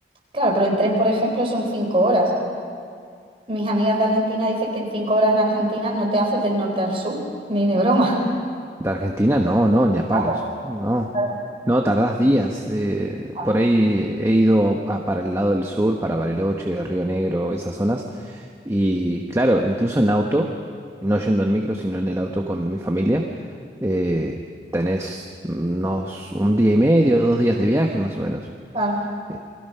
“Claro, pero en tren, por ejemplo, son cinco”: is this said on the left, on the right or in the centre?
Right